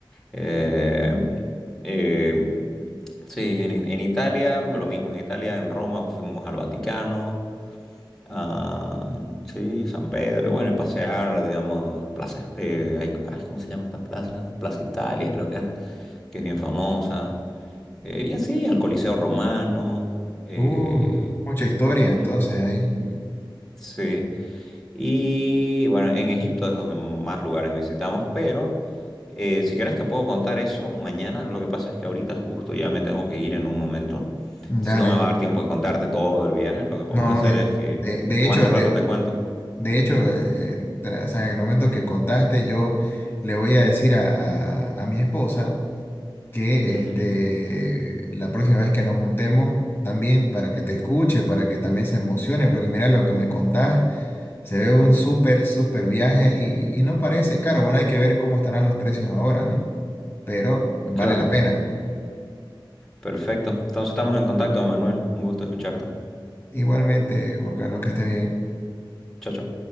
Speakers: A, in the centre; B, on the left.
A: Eh, eh, sí, en, I- en Italia, lo mismo. En Italia, en Roma fuimos al Vaticano. Ah, sí, San Pedro, y bueno, y pasear, digamos, plazas, eh, hay- ay, ¿cómo se llama esta plaza? Plaza Italia, creo que es, que es bien famosa. Eh, y así, al Coliseo Romano. eh,
B: Uh, mucha historia,
A: ujú,
B: entonces, ahí.
A: y- Sí. Y bueno, en Egipto es donde más lugares visitamos, pero eh, si quieres te puedo contar eso mañana. Lo que pasa es que ahorita justo ya me tengo que ir en un momento. Entonces
B: Dale.
A: no me va a dar tiempo de contarte todo del viaje. Lo que podemos
B: No,
A: hacer
B: de,
A: es que
B: de, de
A: más
B: hecho,
A: de un
B: de,
A: rato te cuento.
B: de hecho, eh, tra- o sea, en el momento que contaste, yo le voy a decir a, a a mi esposa que
A: Ujú,
B: este, la próxima vez que nos juntemos también para que te escuche, para que también se emocione, porque mira lo que me contás, se ve un súper, súper viaje y, y no parece caro. Bueno, hay que ver cómo estarán los precios ahora, ¿no? Pero vale
A: Claro,
B: la pena.
A: perfecto. Entonces estamos en contacto, Manuel. Un gusto escucharte.
B: Igualmente, Juan Carlos, que estés bien.
A: Chao, chao.